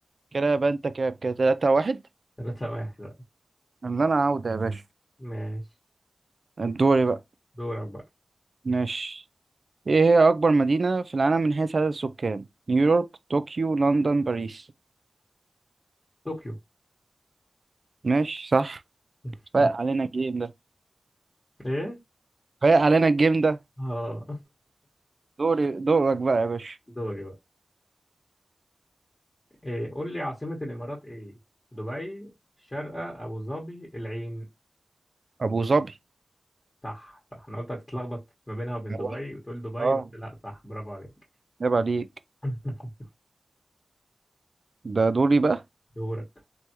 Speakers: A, on the right (about 50°); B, on the left (about 30°).
A: كده يبقى أنت كده كده تلاتة واحد
B: ثلاثة واحد
A: اللي انا عاوده يا باشا
B: ماشي
A: دوري بقى
B: دورك بقى
A: ماشي ايه هي اكبر مدينة في العالم من حيث عدد السكان نيويورك طوكيو لندن باريس
B: طوكيو
A: ماشي صح
B: <laughs>
A: فايق علينا الجيم ده
B: إيه؟
A: فايق علينا الجيم ده
B: اه
A: دوري دورك بقى يا باشا
B: <laughs> دوري بقى إيه قول لي عاصمة الإمارات إيه؟ دبي، الشارقة، أبو ظبي، العين
A: ابو ظبي
B: صح صح أنا قلت هتتلخبط ما بينها وبين
A: اه
B: دبي وتقول دبي
A: آه،
B: بس لا صح برافو عليك
A: عيب عليك
B: <laughs>
A: ده دوري بقى
B: دورك